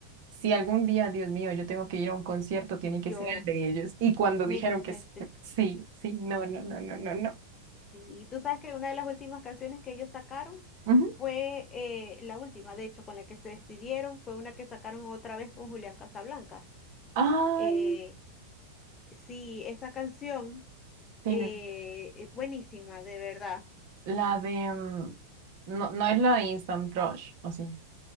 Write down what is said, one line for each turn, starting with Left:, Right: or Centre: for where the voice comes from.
Right: si algún día, Dios mío, yo tengo que ir a un concierto, tiene que
Left: yo
Right: ser el de ellos. Y cuando
Left: me
Right: dijeron
Left: puse
Right: que s-
Left: triste.
Right: sí, sí, no, no, no, no, no, no.
Left: Sí, Y tú sabes que una de las últimas canciones que ellos sacaron
Right: Ujú.
Left: fue eh, la última, de hecho, con la que se despidieron, fue una que sacaron otra vez con Julián Casablanca.
Right: Ay,
Left: Eh, sí, esa canción,
Right: tienen
Left: eh, es buenísima, de verdad.
Right: la de, mm, no, no es la de Instant Crush, ¿o sí?